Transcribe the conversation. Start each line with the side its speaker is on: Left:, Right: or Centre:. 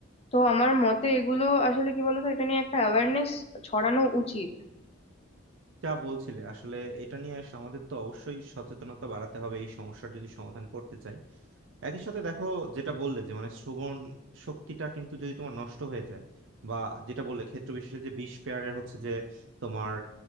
Left: তো আমার মতে এগুলো আসলে কি বলতো এটা নিয়ে একটা অ্যাওয়ারনেস ছড়ানো উচিত
Right: যা বলছিলে আসলে এটা নিয়ে আস- আমাদের তো অবশ্যই সচেতনতা বাড়াতে হবে এই সমস্যার যদি সমাধান করতে চাই একই সাথে দেখো যেটা বললে যে মানে শ্রবণ শক্তিটা কিন্তু যদি তোমার নষ্ট হয়ে যায় বা যেটা বললে ক্ষেত্র বিশেষে যে বিশ পেয়ারের হচ্ছে যে তোমার